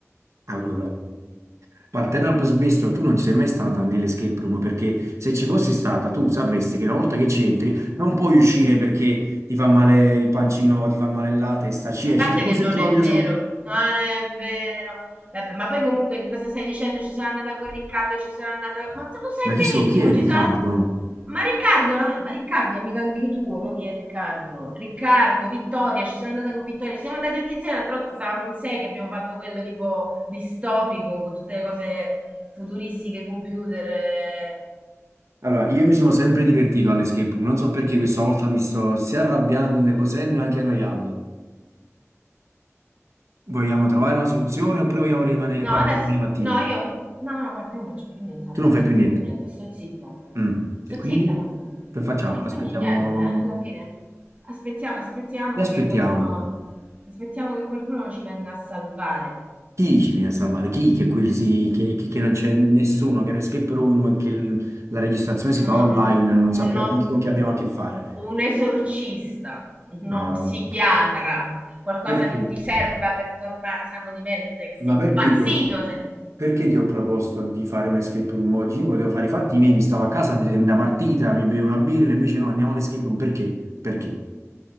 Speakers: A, on the right (about 70°); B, on the right (about 25°).
A: Allora. Partendo dal presupposto, tu non ci sei mai stata nell'escape room perché se ci fossi stata tu sapresti che una volta che ci entri non puoi uscire perché ti fa male il pancino, ti fa male la testa, ci
B: A
A: esci
B: parte
A: solo
B: che non
A: se trovi
B: è
A: da
B: vero,
A: solo.
B: non è vero. Vabbè, ma poi comunque che cosa stai dicendo? Ci sono andata con Riccardo, ci sono andata... Ma tu lo sai
A: Ma chi
B: benissimo,
A: so, chi è Riccardo?
B: ci sono... Ma Riccardo, ma Riccardo è amico anche tuo, mo chi è Riccardo? Riccardo, Vittoria, ci sono andata con Vittoria, ci siamo andati tutti insieme, l'altra volta stavamo in sei che abbiamo fatto quello tipo distopico, con tutte le cose futuristiche, computer... eh.
A: Allora, io mi sono sempre divertito all'escape room, non so perché questa volta mi sto sia arrabbiando, nervosendo e anche annoiando. Vogliamo trovare una soluzione oppure vogliamo rimanere
B: No,
A: qua
B: adesso.
A: fino a domani mattina?
B: No, io. No, no, guarda, io non faccio più niente la
A: Tu
B: soluzione,
A: non fai più
B: non
A: niente.
B: trovo niente. Sto zitta. eh.
A: Mm.
B: Sto
A: E quindi?
B: zitta tanto.
A: Che facciamo?
B: E
A: Aspettiamo.
B: quindi niente, eh, alla fine. Aspettiamo, aspettiamo
A: Che aspettiamo?
B: che qualcuno. Aspettiamo che qualcuno ci venga a salvare.
A: Chi ci viene a salvare? Chi? Che, quelli si- che, che- che non c'è nessuno, che è un escape room, che il- la registrazione si fa
B: Un,
A: online,
B: un-
A: non sappiamo
B: uno-
A: neanche con chi abbiamo a che fare.
B: un esorcista, uno
A: No.
B: psichiatra, qualcosa
A: Perché?
B: che ti serva per tornare sano di mente, che sei
A: Ma
B: impazzito.
A: perché ti ho,
B: Se...
A: perché ti ho proposto di fare un escape room oggi? Io volevo fare i fatti miei, mi stavo a casa a vedermi la partita, mi bevo una birra, invece no, andiamo all'escape room. Perché? Perché?